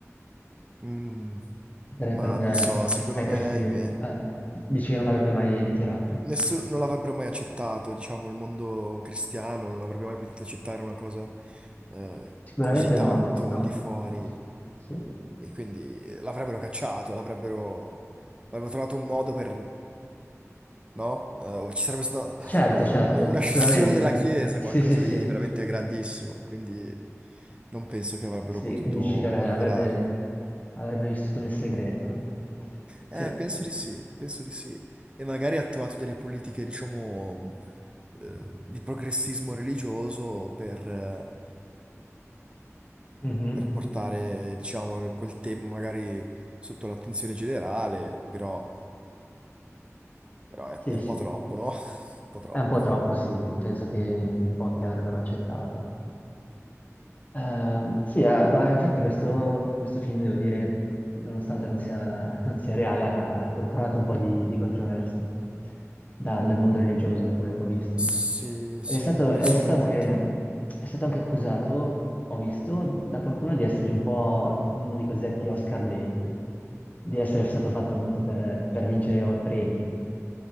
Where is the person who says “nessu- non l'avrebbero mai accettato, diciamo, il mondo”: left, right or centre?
Right